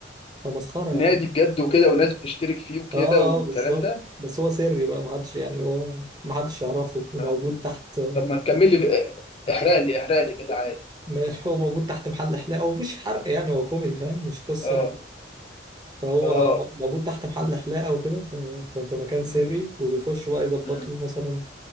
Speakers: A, on the right; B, on the left.
A: فمسخره
B: نادي
A: يعني.
B: بجد وكده وناس بتشترك فيه وكده
A: اه
B: والكلام
A: اه بالظبط
B: ده
A: بس هو سري بقى محدش يعني هو محدش يعرفه وموجود
B: آه.
A: تحت
B: طب ما تكمل لي احرق لي احرق لي كده عادي
A: ماشي هو موجود تحت محل حلاقة هو مفيش حرق يعني هو كوميدي فاهم مش قصة
B: اه
A: فهو
B: اه
A: م- موجود تحت محل حلاقة وكده ف- ف- في مكان سري
B: مم.
A: وبيخشوا بقى يظبطوا
B: مم.
A: مثلا